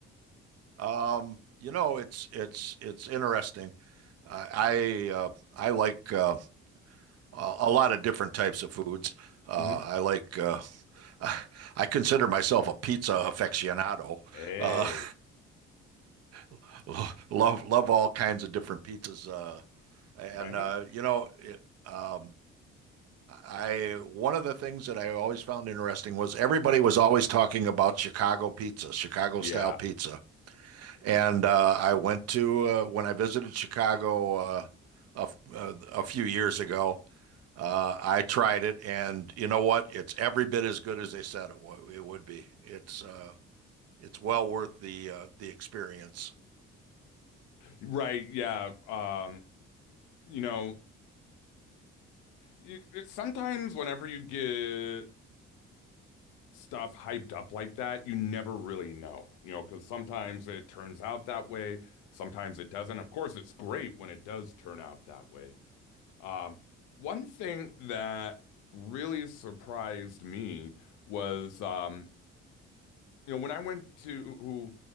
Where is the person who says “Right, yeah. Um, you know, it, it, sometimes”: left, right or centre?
Left